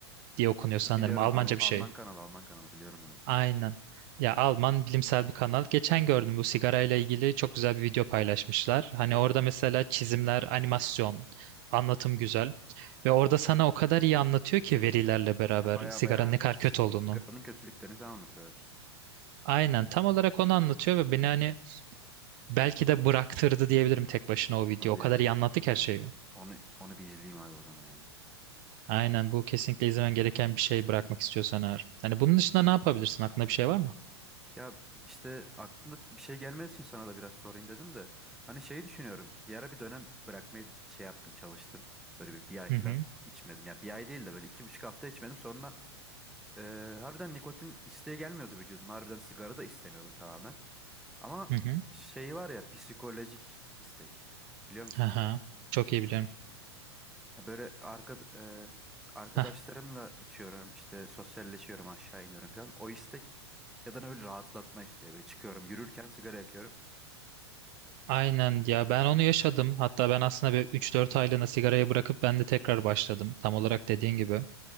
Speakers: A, on the right; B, in the centre.
A: diye okunuyor
B: Abi,
A: sanırım.
B: biliyorum
A: Almanca
B: Al-
A: bir
B: Alman
A: şey.
B: kanalı Alman kanalı biliyorum orayı.
A: Aynen. Ya Alman bilimsel bir kanal. Geçen gördüm bu sigarayla ilgili çok güzel bir video paylaşmışlar. Hani orada mesela çizimler, animasyon, anlatım güzel. Ve orada sana o kadar iyi anlatıyor ki verilerle beraber
B: Ha, baya
A: sigaranın
B: baya
A: ne kadar
B: sigaranın
A: kötü olduğunu.
B: kötülüklerini falan anlatıyorlar.
A: Aynen tam olarak onu anlatıyor ve beni hani belki de bıraktırdı diyebilirim tek başına o video.
B: Hadi
A: O
B: ya.
A: kadar iyi anlattı ki her şeyi.
B: Onu onu bir izleyeyim abi o zaman ya.
A: Aynen bu kesinlikle izlemen gereken bir şey bırakmak istiyorsan eğer. Hani bunun dışında ne yapabilirsin? Aklında bir şey var mı?
B: Ya işte aklımda bir şey gelmediği için sana da biraz sorayım dedim de. Hani şeyi düşünüyorum. Bir ara bir dönem bırakmayı c- şey yaptım çalıştım. Böyle bir, bir ay falan
A: Hı hı.
B: içmedim. Ya bir ay değil de böyle iki buçuk hafta içmedim. Sonra eee, harbiden nikotin isteği gelmiyordu vücudum Harbiden sigara da istemiyordum tamamen. Ama
A: Hı hı.
B: şey var ya psikolojik istek. Biliyor musun?
A: Aha. Çok iyi biliyorum.
B: Ya böyle arka, eee, arkadaşlarımla
A: Aa,
B: içiyorum. işte sosyalleşiyorum aşağı iniyorum falan. O istek ya da ne böyle rahatlatma isteği. Böyle çıkıyorum yürürken sigara yakıyorum.
A: Aynen ya ben onu yaşadım. Hatta ben aslında bir 3-4 aylığına sigarayı bırakıp ben de tekrar başladım. Tam olarak dediğin gibi.